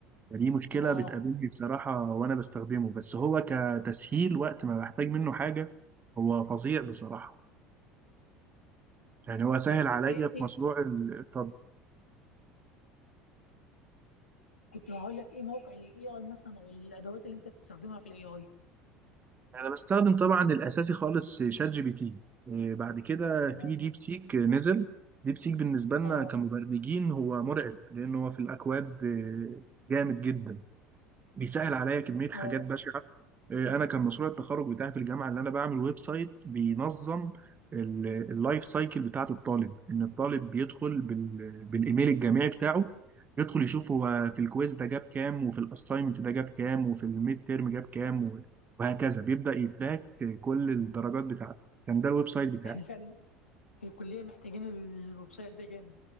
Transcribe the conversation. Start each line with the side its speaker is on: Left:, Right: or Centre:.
Right: فدي مشكلة
Left: آه
Right: بتقابلني بصراحة وأنا بستخدمه بس هو كتسهيل وقت ما بحتاج منه حاجة هو فظيع بصراحة يعني هو سهل
Left: طب
Right: عليا
Left: إيه
Right: في
Left: إيه
Right: مشروع ال- الطب
Left: كنت هقول لك ايه موقع الاي اي مثلا او الادوات اللي انت بتستخدمها في الاي اي
Right: أنا بستخدم طبعا الأساسي خالص شات جي بي تي إيه، بعد كده
Left: تمام
Right: في ديب سيك نزل ديب سيك بالنسبة لنا
Left: اه
Right: كمبرمجين هو مرعب لأن هو في الأكواد إيه، جامد جدا بيسهل عليا كمية حاجات
Left: اه
Right: بشعة آه، أنا كان مشروع التخرج بتاعي في الجامعة اللي أنا بعمل ويب سايت بينظم ال- اللايف سايكل بتاعة الطالب إن الطالب بيدخل بال- بالإيميل الجامعي بتاعه يدخل يشوف هو في الكويز ده جاب كام وفي الأساينمنت ده جاب كام وفي الميد تيرم جاب كام و- وهكذا بيبدأ يتراك كل الدرجات بتاعته كان ده الويب سايت بتاعي
Left: احنا فعلا في الكليه محتاجين الويب سايت ده جامد